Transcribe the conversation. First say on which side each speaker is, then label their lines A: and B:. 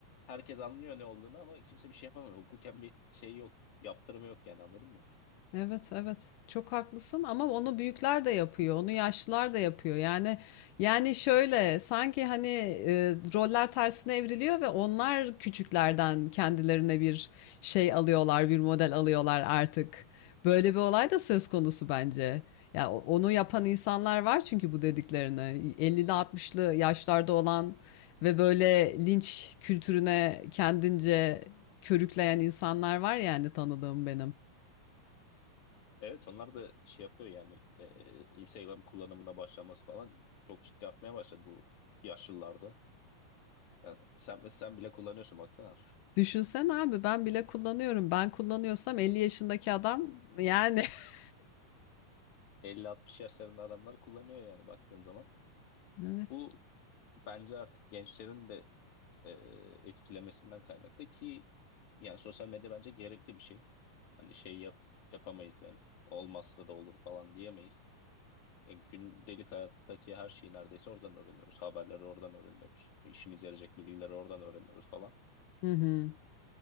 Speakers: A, on the left (about 65°); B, on the left (about 75°).
A: herkes anlıyor ne olduğunu ama kimse bir şey yapamıyor. Hukuken bir şey yok, yaptırımı yok yani anladın mı?
B: Evet, evet. Çok haklısın ama onu büyükler de yapıyor, onu yaşlılar da yapıyor. Yani yani şöyle sanki hani e, roller tersine evriliyor ve onlar küçüklerden kendilerine bir şey alıyorlar, bir model alıyorlar artık. Böyle bir olay da söz konusu bence. Ya o- onu yapan insanlar var çünkü bu dediklerini 50'li 60'lı yaşlarda olan ve böyle linç kültürüne kendince körükleyen insanlar var yani tanıdığım benim.
A: Evet onlar da şey yapıyor yani e, Instagram kullanımına başlaması falan çok ciddi artmaya başladı bu yaşlılarda. Yani sen, sen bile kullanıyorsun baksana.
B: Düşünsen abi ben bile kullanıyorum. Ben kullanıyorsam 50 yaşındaki adam yani. <laughs>
A: 50-60 yaşlarında adamlar kullanıyor yani baktığın zaman.
B: Evet.
A: Bu bence artık gençlerin de e, etkilemesinden kaynaklı ki yani sosyal medya bence gerekli bir şey. Hani şey yap, yapamayız yani. Olmazsa da olur falan diyemeyiz. E, gündelik hayattaki her şeyi neredeyse oradan öğreniyoruz. Haberleri oradan öğreniyoruz. İşimize yarayacak bilgileri oradan öğreniyoruz falan.
B: Hı hı.